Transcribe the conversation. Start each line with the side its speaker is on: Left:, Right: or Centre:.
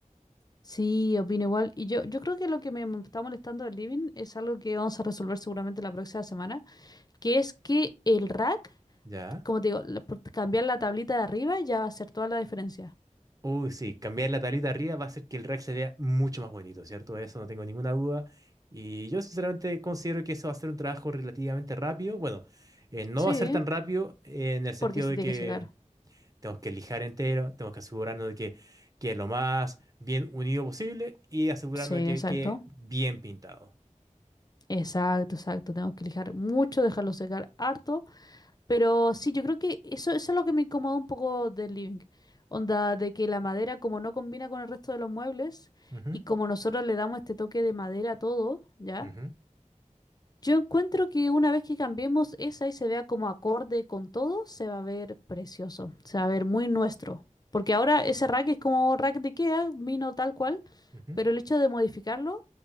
Left: Sí, opino igual. Y yo, yo creo que lo que me mo- está molestando del living es algo que vamos a resolver seguramente la próxima semana, que es que el rack,
Right: ¿Ya?
Left: como te digo, la- por cambiar la tablita de arriba ya va a hacer toda la diferencia.
Right: Uy, sí, cambiar la tablita arriba va a hacer que el rack se vea mucho más bonito, ¿cierto? De eso no tengo ninguna duda. Y yo sinceramente considero que eso va a ser un trabajo relativamente rápido. Bueno, eh, no
Left: Sí,
Right: va a ser tan rápido eh, en el sentido
Left: porque se
Right: de
Left: tiene
Right: que
Left: que secar.
Right: tenemos que lijar entero, tenemos que asegurarnos de que quede lo más bien unido posible y asegurarnos
Left: Sí,
Right: de que
Left: exacto.
Right: quede bien pintado.
Left: Exacto, exacto. Tengo que lijar mucho, dejarlo secar harto. Pero sí, yo creo que eso, eso es lo que me incomoda un poco del living. Onda de que la madera, como no combina con el resto de los muebles,
Right: Ujú,
Left: y como nosotros le damos este toque de madera a todo, ¿ya?
Right: ujú,
Left: Yo encuentro que una vez que cambiemos esa y se vea como acorde con todo, se va a ver precioso, se va a ver muy nuestro. Porque ahora ese rack es como rack de IKEA, vino tal cual,
Right: ujú.
Left: pero el hecho de modificarlo